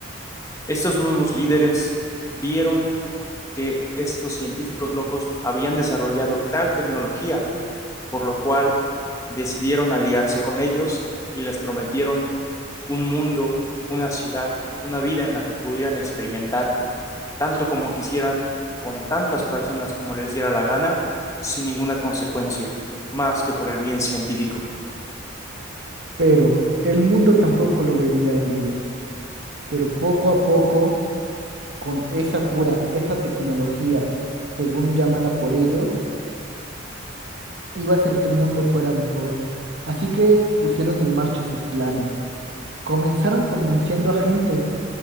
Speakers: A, on the left (about 15°); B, on the right (about 60°).
A: estos nuevos líderes vieron que estos científicos locos habían desarrollado tal tecnología, por lo cual decidieron aliarse con ellos y les prometieron un mundo, una ciudad, una vida en la que pudieran experimentar tanto como quisieran, con tantas personas como les diera la gana, sin ninguna consecuencia, más que por el bien científico.
B: Pero el mundo tampoco lo vería bien. Pero poco a poco, con esa cura, esa tecnología, según llamada por ellos, iba a hacer que el mundo fuera mejor. Así que pusieron en marcha sus planes. Comenzaron convenciendo a gente